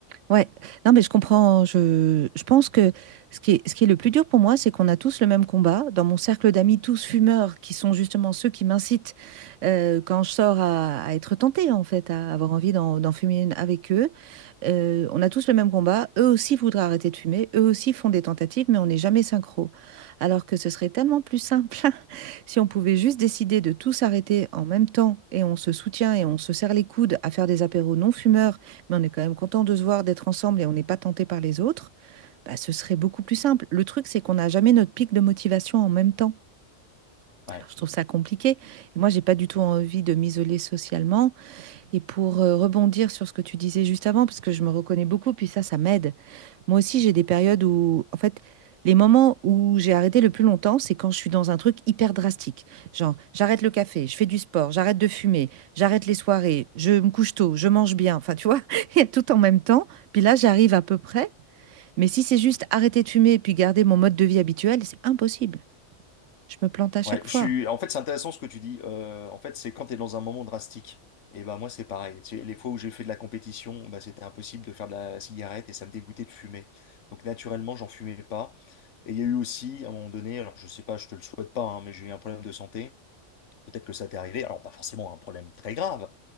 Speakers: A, on the right (about 90°); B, on the left (about 85°).
A: Ouais. Non, mais je comprends. Je, je pense que ce qui est, ce qui est le plus dur pour moi, c'est qu'on a tous le même combat. Dans mon cercle d'amis, tous fumeurs, qui sont justement ceux qui m'incitent euh, quand je sors à, à être tentée, en fait, à avoir envie d'en d'en fumer une avec eux. Euh, on a tous le même combat. Eux aussi voudraient arrêter de fumer. Eux aussi font des tentatives, mais on n'est jamais synchro. Alors que ce serait tellement plus simple <laughs> si on pouvait juste décider de tous arrêter en même temps et on se soutient et on se serre les coudes à faire des apéros non fumeurs, mais on est quand même content de se voir, d'être ensemble et on n'est pas tenté par les autres. Bah, ce serait beaucoup plus simple. Le truc, c'est qu'on n'a jamais notre pic de motivation en même temps.
B: Ouais.
A: Alors, je trouve ça compliqué. Et moi, j'ai pas du tout envie de m'isoler socialement. Et pour euh, rebondir sur ce que tu disais juste avant, parce que je me reconnais beaucoup, puis ça, ça m'aide. Moi aussi, j'ai des périodes où, en fait, les moments où j'ai arrêté le plus longtemps, c'est quand je suis dans un truc hyper drastique. Genre, j'arrête le café, je fais du sport, j'arrête de fumer, j'arrête les soirées, je me couche tôt, je mange bien. Enfin, tu vois, <laughs> il y a tout en même temps. Puis là, j'arrive à peu près. Mais si c'est juste arrêter de fumer et puis garder mon mode de vie habituel, c'est impossible. Je me plante à chaque
B: Ouais, je
A: fois.
B: suis. En fait, c'est intéressant ce que tu dis. Euh, en fait, c'est quand tu es dans un moment drastique. Et ben moi, c'est pareil. Tu sais, les fois où j'ai fait de la compétition, bah, c'était impossible de faire de la cigarette et ça me dégoûtait de fumer. Donc naturellement, j'en fumais pas. Et il y a eu aussi, à un moment donné, alors je sais pas, je te le souhaite pas, hein, mais j'ai eu un problème de santé. Peut-être que ça t'est arrivé. Alors pas forcément un problème très grave,